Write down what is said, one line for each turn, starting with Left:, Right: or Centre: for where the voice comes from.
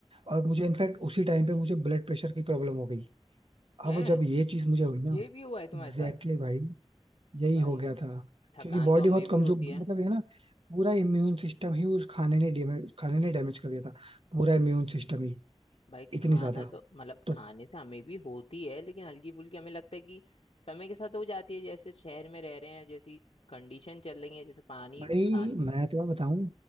Right: और मुझे इनफैक्ट उसी टाइम पे मुझे ब्लड प्रेशर की प्रॉब्लम हो गई
Left: हैं
Right: अब जब ये चीज मुझे हुई ना
Left: ये भी हुआ है तुम्हारे
Right: एग्जैक्टली
Left: साथ
Right: exactly भाई यही
Left: भाई
Right: हो गया था
Left: थकान
Right: क्योंकि बॉडी
Left: तो हमें
Right: बहुत
Left: भी
Right: कमजोर
Left: होती
Right: मतलब
Left: है
Right: ये ना पूरा इम्यून सिस्टम ही उस खाने ने डैमेज खाने ने डैमेज कर दिया था पूरा इम्यून सिस्टम ही
Left: भाई
Right: इतनी
Left: खाना
Right: ज्यादा
Left: तो मतलब
Right: तो
Left: खाने से हमें भी होती है लेकिन हल्की फुल्की हमें लगता है कि समय के साथ हो जाती है जैसे शहर में रह रहे हैं जैसी कंडीशन चल रही है जैसे पानी
Right: भाई
Left: खान
Right: मैं तुम्हें बताऊं